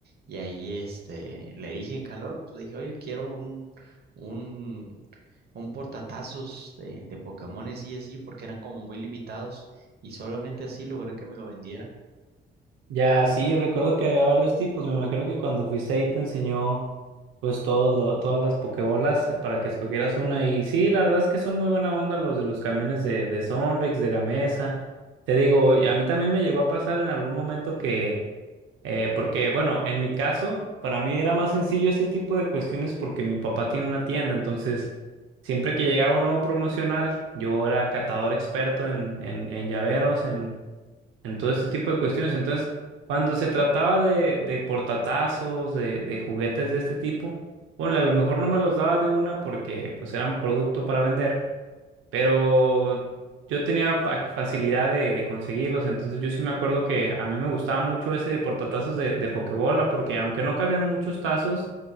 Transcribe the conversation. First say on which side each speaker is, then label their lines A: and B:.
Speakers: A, on the right; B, on the right.
A: Y ahí este, le dije en calor, le dije, oye, quiero un, un un portatazos de, de Pokémones y así, porque eran como muy limitados y solamente así logré que me lo vendiera.
B: Ya, sí, recuerdo que había varios tipos. Me imagino que cuando fuiste ahí te enseñó pues todos lo- todas las pokebolas eh, para que escogieras una. Y sí, la verdad es que son muy buena onda los de los camiones de, de Sonrix, de Gamesa. Te digo, y a mí también me llegó a pasar en algún momento que, eh, porque bueno, en mi caso, para mí era más sencillo este tipo de cuestiones porque mi papá tiene una tienda. Entonces, siempre que llegaba un nuevo promocional, yo era catador experto en, en, en llaveros, en todo este tipo de cuestiones. Entonces, cuando se trataba de, de portatazos, de, de juguetes de este tipo, ponle, a lo mejor no me los daba de una porque pues eran producto para vender pero yo tenía fa- facilidad de, de conseguirlos, entonces yo sí me acuerdo que a mí me gustaba mucho ese de portatazos de, de Pokebola, porque aunque no cabían muchos tazos,